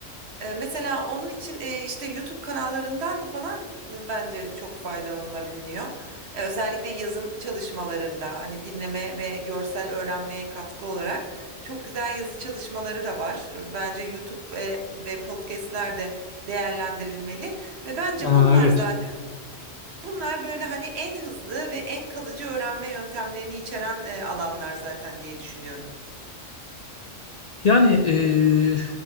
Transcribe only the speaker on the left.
Aa,
evet.
Yani eee,